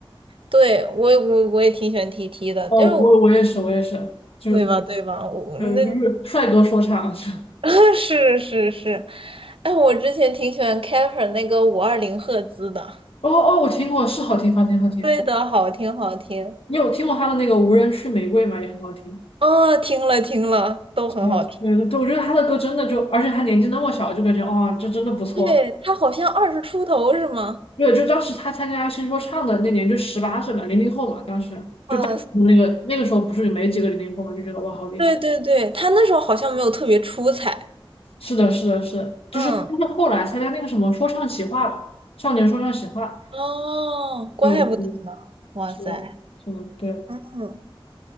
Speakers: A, on the right; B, on the left.
A: 对，我我我也挺喜欢 TT 的，
B: 哦，
A: 就
B: 我我也是我也是，就
A: 对吧对吧？我那
B: 嗯就是帅哥说唱，<laughs>
A: <laughs> 是是是，哎，我之前挺喜欢 Kefir 那个五二零赫兹的，
B: 哦哦，我听过，是好听好听好听。
A: 对的，好听好听。
B: 你有听过他的那个《无人区玫瑰》吗？也很好听。
A: 哦，听了听了，都很好听。
B: 是的，对对对，我觉得他的歌真的就，而且他年纪那么小，就感觉哇、这真的不错。
A: 对，他好像二十出头是吗？
B: 对，就当时他参加新说唱的那年，就十八岁嘛，零零后嘛，当时就当时那个那个时候不是没几个零零后嘛，
A: 哇塞，
B: 就觉得哇，好厉害。
A: 对对对，他那时候好像没有特别出彩。
B: 是的，是的，是的就是但是后来参加那个什么说唱企划吧，
A: 嗯，
B: 少年说唱企划，
A: 哦，怪不得呢。
B: 就嗯
A: 哇塞，
B: 是的，是的，对。
A: 嗯，